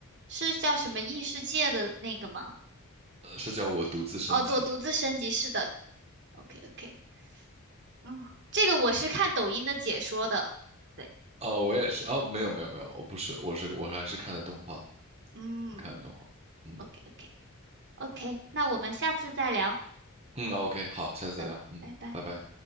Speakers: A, on the right; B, on the right.
A: 是叫什么异世界的那个吗？
B: 呃是叫我独自升级。
A: 哦，我独自升级是的。OK OK，嗯，这个我是看抖音的解说的。对，
B: 哦，我也是哦，没有没有没有，我不是，我是我还是看的动画，
A: 嗯
B: 我看的动画，嗯
A: ，OK OK OK，那我们下次再聊。
B: 嗯哦，OK，好，下次再聊，
A: 好的，
B: 嗯，
A: 拜拜。
B: 拜拜。